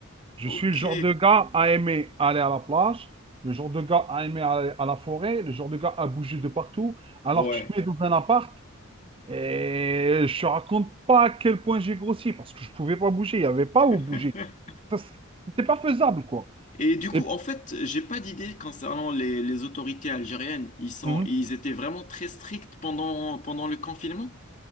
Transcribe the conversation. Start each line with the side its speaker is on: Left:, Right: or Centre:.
Right: Je
Left: Ok.
Right: suis le genre de gars à aimer aller à la plage, le genre de gars à aimer aller à la forêt, le genre de gars à bouger de partout. Alors,
Left: Ouais.
Right: tu te mets dans un appart et je te raconte pas à quel point j'ai grossi parce que je pouvais pas bouger, il n'y avait pas où
Left: <laughs>
Right: bouger. Ça, C'était pas faisable, quoi.
Left: Et du coup,
Right: Et
Left: en fait, j'ai pas d'idée concernant les, les autorités algériennes. Ils sont,
Right: Mhm.
Left: ils étaient vraiment très stricts pendant, pendant le confinement?